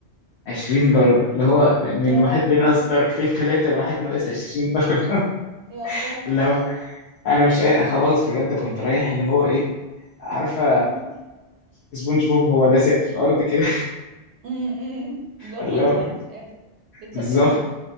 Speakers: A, on the left (about 75°); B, on the right (about 80°).
A: 20 درجه اللي هو من
B: يا
A: واحد
B: لهوي
A: بينقص درجتين ثلاثه لواحد ناقص 20 درجه
B: يا الله
A: <laughs>
B: لا كتير
A: اللي هو
B: قوي
A: انا مش قا- خلاص بجد كنت رايح اللي هو ايه عارفه
B: أمم،
A: سبونج بوب هو لازق في الارض كده
B: أمم، أمم. اللي هو
A: <laughs> اللي
B: خلاص
A: هو
B: ما عدتش قادر بتزق
A: بالظبط
B: السنه